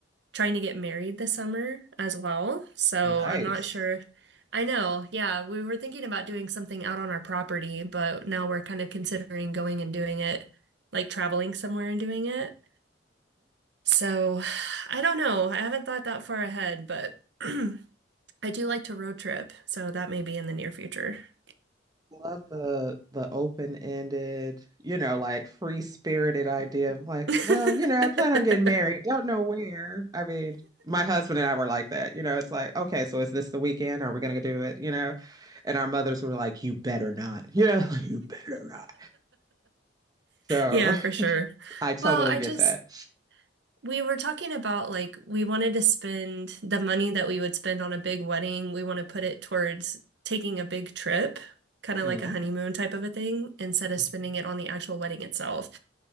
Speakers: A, on the right; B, on the right.
A: trying to get married this summer as well. So
B: Nice.
A: I'm not sure. I know. Yeah, we were thinking about doing something out on our property, but now we're kind of considering going and doing it, like traveling somewhere and doing it. So <sighs> I don't know. I haven't thought that far ahead, but. <clears throat> I do like to road trip, so that may be in the near future. <laughs>
B: Love the the open-ended, you know, like free-spirited idea of like,
A: <laughs>
B: well, you know, I plan on getting married. Don't know where. I mean, my husband and I were like that. You know, it's like, okay, so is this the weekend? Are we gonna do it? You know? And our mothers were like, you better not. You know, <laughs> you better not. So
A: Yeah, for sure.
B: I totally
A: Well, I
B: get
A: just
B: that.
A: we were talking about like we wanted to spend the money that we would spend on a big wedding, we want to put it towards taking a big trip, kind of
B: Mm,
A: like a honeymoon type of a thing, instead of
B: mhm,
A: spending it on the actual wedding itself.